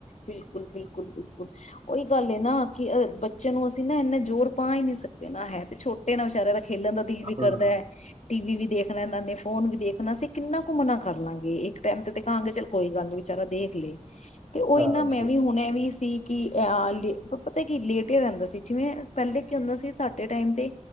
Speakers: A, on the left; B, on the right.
A: ਬਿਲਕੁਲ ਬਿਲਕੁਲ ਬਿਲਕੁਲ ਉਹੀ ਗੱਲ ਹੈ ਨਾ ਕਿ ਬੱਚਿਆਂ ਨੂੰ ਅਸੀਂ ਨਾ ਇੰਨਾ ਜ਼ੋਰ ਪਾ ਹੀ ਨਹੀਂ ਸਕਦੇ ਨਾ ਹੈ ਤੇ ਛੋਟੇ ਨਾ ਵਿਚਾਰੇ ਦਾ ਖੇਲਣ ਦਾ ਦਿਲ ਵੀ
B: ਹਾਂ,
A: ਕਰਦਾ ਹੈ ਟੀ ਵੀ ਵੀ ਦੇਖਣਾ ਇਹਨਾਂ ਨੇ ਫੋਨ ਵੀ ਦੇਖਣਾ ਅਸੀਂ ਕਿੰਨਾ ਘੁੰਮਣਾ ਕਰ ਲਾਂਗੇ ਇੱਕ ਟਾਈਮ ਤੇ ਦਿਖਾਂਗੇ ਚੱਲ ਕੋਈ ਗੱਲ ਨੀ ਵਿਚਾਰਾ ਦੇਖ ਲਏ ਤੇ ਉਹ
B: ਹਾਂ
A: ਇਹਨਾ ਮੈਂ
B: ਜੀ
A: ਵੀ ਹੁਣੇ ਵੀ ਸੀ ਕਿ ਅ ਪਤਾ ਕੀ ਲੇਟ ਹੀ ਰਹਿੰਦਾ ਸੀ ਜਿਵੇਂ ਪਹਿਲੇ ਕੀ ਹੁੰਦਾ ਸੀ ਸਾਡੇ ਟਾਈਮ ਤੇ